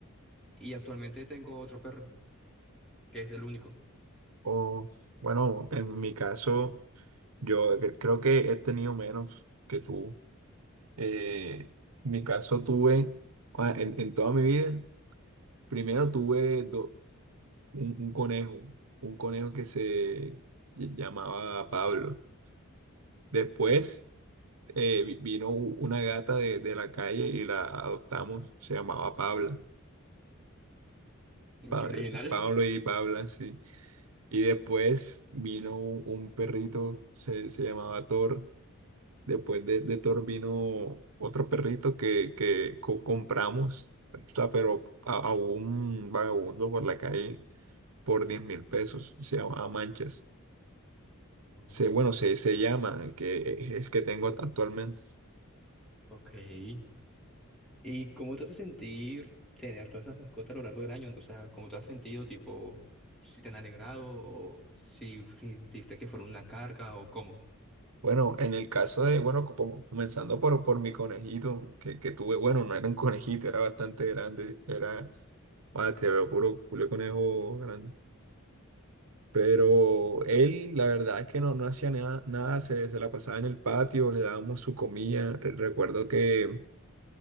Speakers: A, in the centre; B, on the right (about 80°).
A: Y actualmente tengo otro perro, que es el único.
B: O, bueno, en mi caso, yo cre- creo que he tenido menos que tú. Eh, en mi caso tuve, ah, en, en toda mi vida, primero tuve do- un, un conejo, un conejo que se llamaba Pablo. Después eh, vi- vino u- una gata de, de la calle y la adoptamos, se llamaba Pabla.
A: <laughs>
B: Pa-
A: Qué original.
B: Pablo y Paula, sí. Y después vino un, un perrito, se, se llamaba Thor. Después de, de Thor vino otro perrito que, que co- compramos, o sea, pero a, a un vagabundo por la calle por diez mil pesos. Se llamaba Manchas.
A: Oh,
B: Se, bueno, se, se llama, el que, es el que tengo actualmente.
A: ok. ¿Y cómo te hace sentir tener todas las mascotas a lo largo del año? O sea, ¿cómo te has sentido, tipo, si te han alegrado o si sentiste que fueron una carga o cómo?
B: Bueno, en el caso de, bueno, como comenzando por, por mi conejito que, que tuve, bueno, no era un conejito, era bastante grande, era Ah, te veo puro culé conejo grande. Pero él, la verdad es que no, no hacía nada, nada, se, se la pasaba en el patio, le dábamos su comida. Re- Recuerdo que